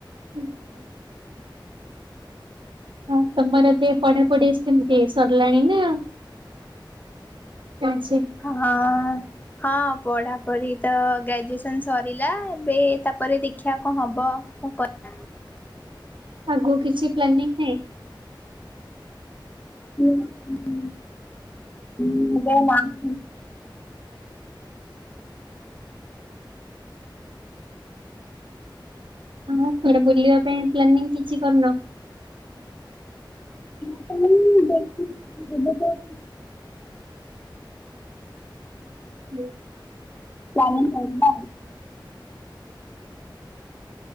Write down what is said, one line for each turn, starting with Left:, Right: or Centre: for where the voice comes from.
Right: ହୁଁ ହୁଁ। ହଁ ତମର ଏବେ ପଢାପଢି ସେମିତି ସରିଲାଣି ନା ଚାଲିଛି।
Left: ହଁ। ହଁ ପଢାପଢି ତ ଗ୍ରାଜୁଏସନ ସରିଲା ଏବେ ତାପରେ ଦେଖିବା କଣ ହବ। କନ କରିବା।
Right: ଆଗକୁ କିଛି ପ୍ଲାନିଂ ନାଇଁ?
Left: ହୁଁ ଉମ୍। <unintelligible>
Right: ହଁ କୁଆଡେ ବୁଲିବା ପାଇଁ ପ୍ଲାନିଂ କିଛି କରିନ।
Left: <unintelligible> <unintelligible>
Right: ହୁଁ।
Left: <unintelligible>